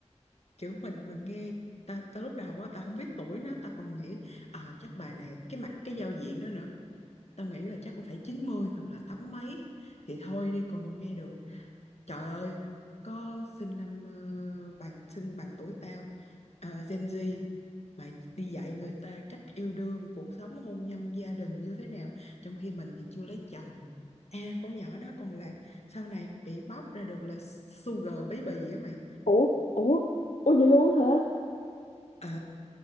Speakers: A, on the left; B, on the left.
A: kiểu mình mình nghe ta ta lúc đầu á ta không biết tuổi nó ta còn nghĩ à, chắc bà này cái mặt cái giao diện đó nữa ta nghĩ là chắc cũng phải 90 hoặc là tám mấy thì thôi đi còn nghe được Trời ơi, có sinh năm ờ, bằng sinh bằng tuổi tao ờ, Gen Z mà đi dạy người ta cách yêu đương, cuộc sống hôn nhân gia đình như thế nào, trong khi mình thì chưa lấy chồng. À, con nhỏ đó còn là sau này bị bóc ra được là sugar baby á mày.
B: ủa ủa ủa vậy luôn hả
A: Ờ